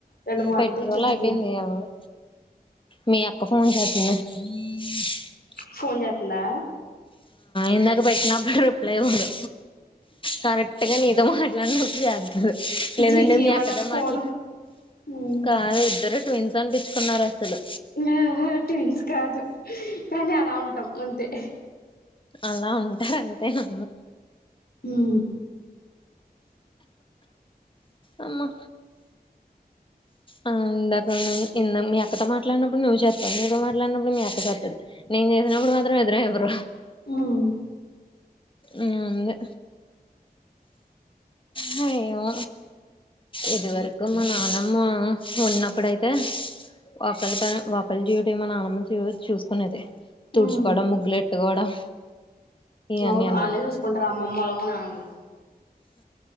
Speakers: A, on the left; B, on the left.
A: రెండు బాటిల్
B: పెట్రోల్
A: తెచ్చి ఉంచుకున్నా
B: అయిపోయింది ఎవరు మీ అక్క ఫోన్ చేసింది ఉష్ ఉష్
A: ఫోన్ చేత్తందా
B: ఇందాక పెట్టినప్పుడు రిప్లై కూడా కరెక్ట్ గా నీతో మాట్లాడినప్పుడు చేద్దంది లేదంటే
A: జీ జీ
B: మీ
A: అంటది
B: అక్కదా
A: ఫోను
B: మాట్లా
A: ఉమ్
B: కాదు ఇద్దరు ట్విన్స్ అనిపించుకున్నారు అసలు
A: హా హా ట్విన్స్ కాదు కానీ అలా ఉంటాం అంతే
B: అలా ఉంటారంతే హా
A: ఊ
B: అమ్మ ఆ ఇందాక మీ అక్కతో మాట్లాడినప్పుడు నువ్వు చే నీతో మాట్లాడినప్పుడు మీ అప్పకస్తుదు నేను చేసినప్పుడు మాత్రం ఎదర ఎవరు
A: ఉమ్
B: ఊ ఉంది హయ్యొ ఇది వరకు మా నానమ్మ ఉన్నప్పుడైతే ఒకళ ఒకళ జ్యవిటి మన ఆనమం చూసుకునేది తుడుచుకోవడం
A: ఉమ్
B: ముగ్గులెట్టుకోవడం ఇవన్నీ
A: అవును
B: అనమాట
A: వాళ్ళే చూసుకుంటారు అమ్మమ్మలు అవు నాన్నమ్మలు